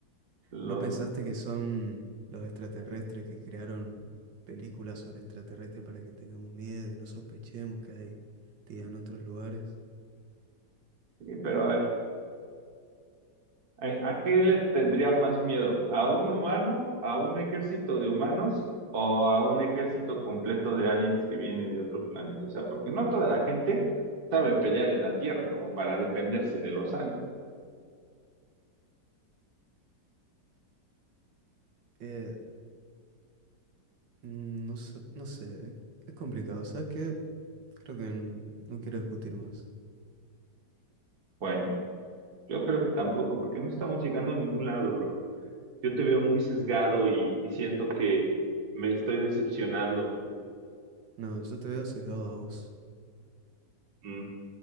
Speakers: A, on the right (about 55°); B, on the right (about 75°).
A: lo-
B: ¿No pensaste que son los extraterrestres que crearon películas sobre extraterrestres para que tengamos miedo y no sospechemos que hay vida en otros lugares?
A: Sí, pero a ver. ¿A, a qué le tendrían más miedo? ¿A un humano, a un ejército de humanos o a un ejército completo de aliens que viene de otro planeta? O sea, porque no toda la gente sabe pelear en la Tierra como para defenderse de los aliens.
B: Eh, mm, no sé, no sé, es es complicado. ¿Sabes qué? Creo que n- no quiero discutir más.
A: Bueno, yo creo que tampoco, porque no estamos llegando a ningún lado, bro. Yo te veo muy sesgado y, y siento que me estoy decepcionando.
B: No, yo te veo sesgado a vos.
A: Mm,